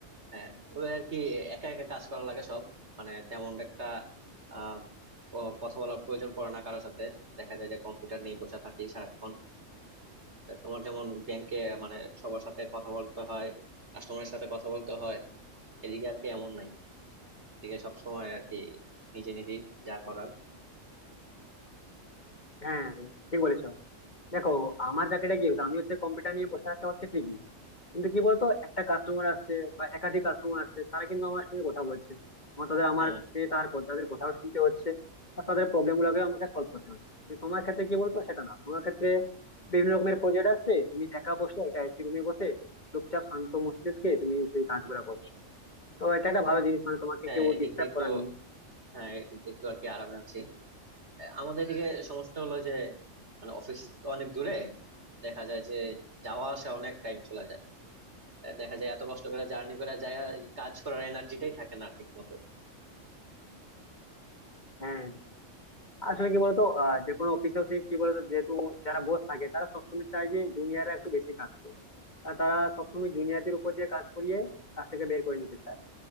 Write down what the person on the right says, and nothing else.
হ্যাঁ তবে আর কি একা একা কাজ করা লাগে সব মানে তেমন একটা আহ ক- কথা বলার প্রয়োজন পড়ে না কারোর সাথে দেখা যায় যে কম্পিউটার নিয়ে বসে থাকি সারাক্ষণ তা তোমার যেমন ব্যাংকে মানে সবার সাথে কথা বলতে হয় কাস্টমারের সাথে কথা বলতে হয় এদিকে আর কি এমন নাই এদিকে সবসময় আর কি নিজে নিজেই যা করার
হ্যাঁ
হ্যাঁ
এদিক
দিয়ে একটু
হ্যাঁ এদিক দিয়ে একটু আর কি আরামে আছি আমাদের এদিকে সমস্যাটা হলো যে মানে অফিস তো অনেক দূরে দেখা যায় যে যাওয়া আসা অনেক টাইম চলে যায় আহ, দেখা যায় এত কষ্ট করে জার্নি করে যায় কাজ করার এনার্জিটাই থাকে না ঠিক মতো